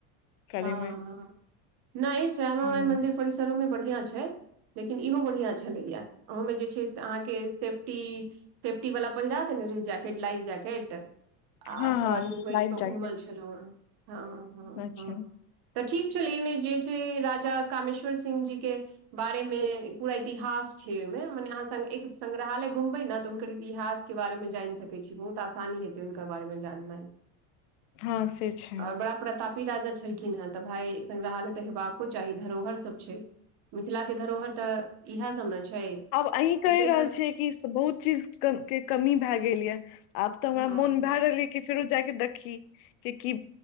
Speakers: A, on the left (about 70°); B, on the right (about 55°).
A: करैमे
B: हँ नै श्यामा
A: हूं
B: माइ मन्दिर परिसरो में बढ़ियां छै। लेकिन इहो बढ़िया छलैये अहूमे जे छै से अहाँके सेफ्टी सेफ्टी बला पहिरा देने रहै जैकेट लाइभ जैकेट आ
A: हँ
B: सब
A: हँ
B: आदमी बैस
A: लाइफ
B: क घुमल
A: जैकेट
B: छै। हेलो हँ। हँ
A: अच्छा।
B: हँ तऽ ठीक छलै एहिमे जे छै राजा कामेश्वर सिंह जी के बारे मे पूरा इतिहास छै ओइमे मने अहाँ संग एक संग्रहालय घुमबै ने तऽ हुनकर इतिहास के बारे मे जानि सकै छी बहुत आसानी हेतै हुनका बारे मे जाननाइ।
A: हँ से छै
B: आ ओ बड़ा प्रतापी राजा छल खिन हें तऽ भाय संग्रहालय तऽ हेबाको चाही धरोहर सब छै। मिथिला के धरोहर तऽ इहेए सब ने छै।
A: आब अहीं कहि
B: एकरे
A: रहल
B: सब
A: छियै कि बहुत चीज क के कमी भेए गेल यऽ। आब तऽ हमरा
B: हँ
A: मोन भेए रहल ए कि फेरो जाके देखी कि, की